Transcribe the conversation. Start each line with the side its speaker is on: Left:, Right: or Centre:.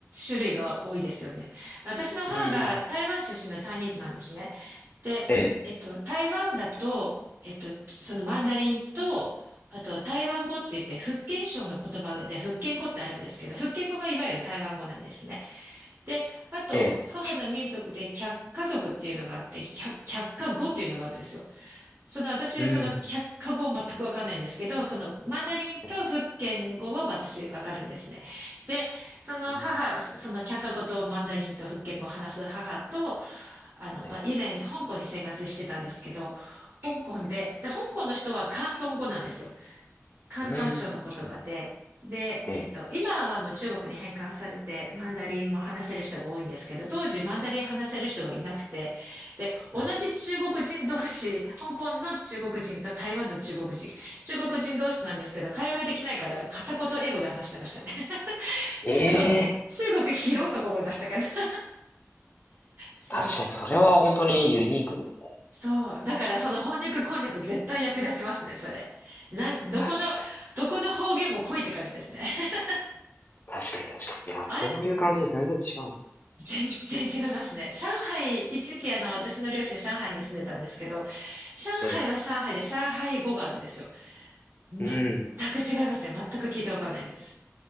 Right: 種類が多いですよね。私の母が台湾出身のチャイニーズなんですね。
Left: うん。
Right: で、
Left: ええ、
Right: えっと、台湾だと、えっと、そのマンダリンと、あと台湾語って言って、福建省の言葉で福建語ってあるんですけど、福建語がいわゆる台湾語なんですね。で、あと、
Left: ええ、
Right: 母の民族で客家族っていうのがあって、百客家語っていうのがあるんですよ。その私、
Left: うん。
Right: その客家語は全くわかんないんですけど、そのマンダリンと福建語は私わかるんですね。
Left: ええ、
Right: で、その母、
Left: うん。
Right: そその客家語とマンダリンと福建語を話す母と、あの、
Left: ええ、
Right: まあ、以前香港に生活してたんですけど、香港で、
Left: ええ、
Right: で、香港の人は広東語なんですよ。広東省の言葉で、
Left: うん。うん。
Right: で、
Left: ええ。
Right: えっと、今はもう中国に返還されて、マンダリンも話せる人が多いんですけど、当時マンダリン話せる人がいなくて、で、同じ中国人同士、
Left: うん
Right: 香港の中国人と台湾の中国人、中国人同士なんですけど、会話ができないから片言英語で話してましたね。<laughs>
Left: ええ、
Right: 中国、中国広いとか思いましたけど。<laughs> そう、
Left: 確かにそれは本当にユニークですね。
Right: そう。だからその翻訳こんにゃく絶対役立ちますね、それ。なん、どこの、
Left: 確かに、
Right: どこの方言も濃いって感じですね。<laughs>
Left: 確かに、確かに。いや、
Right: あれ
Left: そういう感じで全然違うんです
Right: 全然違いますね。上海、一時期あの私の両親上海に住んでたんですけど、上海は上海で上海語があるんですよ。
Left: ね。ええ、
Right: 全
Left: うん。
Right: く違いますね。全く聞いてわかんないです。